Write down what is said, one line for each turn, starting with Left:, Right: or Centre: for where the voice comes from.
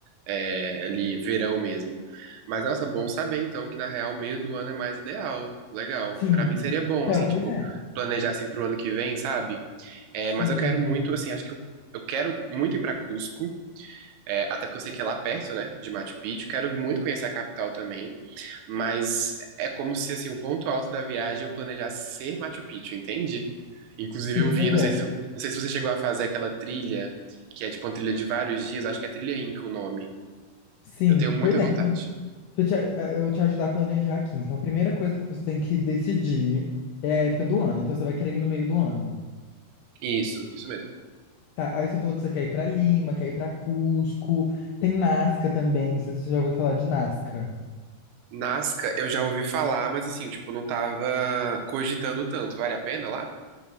Right: é, ali verão mesmo. Mas, nossa, bom saber então que na real meio do ano é mais ideal. Legal.
Left: Sim.
Right: Pra mim seria bom,
Left: Então,
Right: assim,
Left: pois
Right: tipo,
Left: é.
Right: planejar assim pro ano que vem, sabe? É,
Left: Sim.
Right: mas eu quero muito, assim, acho que eu, eu quero muito ir pra Cusco. é, até porque eu sei que é lá perto, né, de Machu Picchu. Quero muito conhecer a capital também. Mas é como se, assim, o ponto alto da viagem é eu planejasse ser Machu Picchu, entende? Inclusive
Left: Sim,
Right: eu vi,
Left: pois
Right: não
Left: é.
Right: sei se, não sei se você chegou a fazer aquela trilha, que é tipo uma trilha de vários dias, acho que é trilha Inca o nome.
Left: Sim,
Right: Eu tenho muita
Left: pois é.
Right: vontade.
Left: Então, deixa eu te, eh, eu te ajudar a planejar aqui. Então, a primeira coisa que você tem que decidir é a época do ano. Então, você vai querer ir no meio do ano.
Right: Isso, isso mesmo.
Left: Tá, aí você falou que você quer ir pra Lima, quer ir pra Cusco. Tem Nazca também, não sei se você já ouviu falar de Nazca.
Right: Nazca, eu já ouvi falar, mas assim, tipo, não tava cogitando tanto. Vale a pena lá?